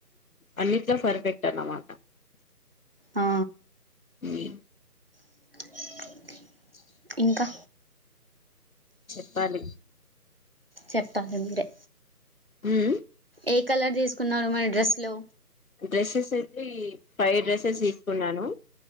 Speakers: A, on the left; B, on the right.
A: అన్నిట్లో పర్ఫెక్ట్ అన్నమాట
B: ఆ
A: మీ
B: <inaudible>
A: <inaudible>
B: ఇంకా
A: చెప్పాలి
B: చెప్తా ఇ మీరే
A: ఉమ్ మ్
B: ఏ కలర్ తీసుకున్నారు మరీ డ్రెస్ లో
A: డ్రెస్సెస్ అయితే ఫైవ్ డ్రెస్సెస్ తీసుకున్నాను